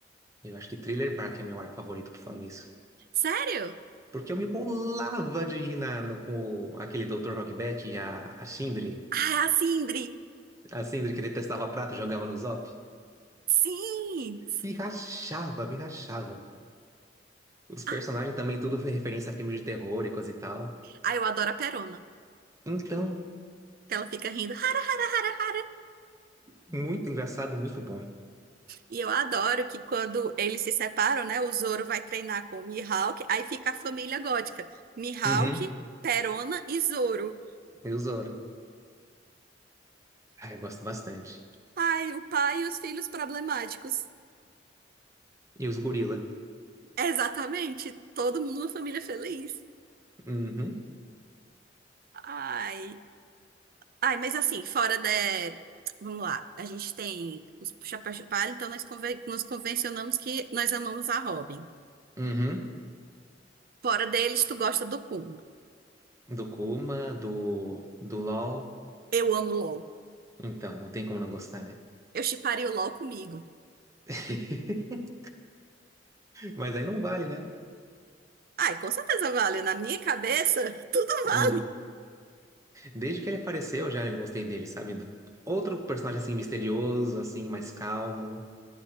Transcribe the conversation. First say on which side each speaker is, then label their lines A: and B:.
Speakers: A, on the right (about 20°); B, on the right (about 55°).
A: Eu acho que Thriller Bark é meu arco favorito por falar nisso.
B: Sério?
A: Porque eu me colava de rir na- no- com o- aquele Dr. Hogback e a, a Sindri.
B: Ah, a Sindri!
A: A Sindri que detestava prata e jogava no Zop.
B: Sim!
A: Me rachava, me rachava. Os personagens
B: Ah,
A: também tudo foi referência a filmes de terror e coisa e tal.
B: ah, eu adoro a Perona,
A: Então,
B: que ela fica rindo. Hara, hara, hara, hara.
A: muito engraçado, muito bom.
B: E eu adoro que quando eles se separam, né, o Zoro vai treinar com o Mihawk, aí fica a família gótica. Mihawk,
A: Uhum.
B: Perona e Zoro.
A: E o Zoro. Ah, eu gosto bastante.
B: Ai, o pai e os filhos problemáticos.
A: E os gorila.
B: Exatamente, todo mundo uma família feliz.
A: Uhum.
B: Ai. Ai, mas assim, fora da. Vamos lá, a gente tem os chapéus de palha, então nós conven- nos convencionamos que nós amamos a Robin.
A: Uhum.
B: Fora deles, tu gosta do Kuma.
A: Do Kuma, do, do LOL.
B: Eu amo o LOL.
A: Então, não tem como não gostar, né?
B: Eu shipparia o LOL comigo.
A: <laughs> Mas aí não vale, né?
B: Ai, com certeza vale. Na minha cabeça, <laughs> tudo
A: Hum.
B: vale.
A: Desde que ele apareceu, eu já gostei dele, sabe? Do- Outro personagem assim misterioso, assim, mais calmo.